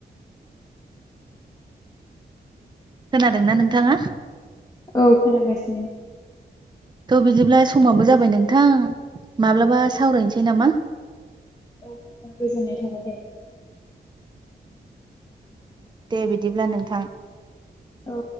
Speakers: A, on the right; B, on the left.
A: खोनादोंना नोंथाङा?
B: औ खोनागासिनो।
A: थ' बिदिब्ला समाबो जाबाय नोंथां माब्लाबा सावरायनोसै नामा?
B: औ नोंथां गोजोननाय थाबाय दे।
A: दे बिदिब्ला नोंथां।
B: औ।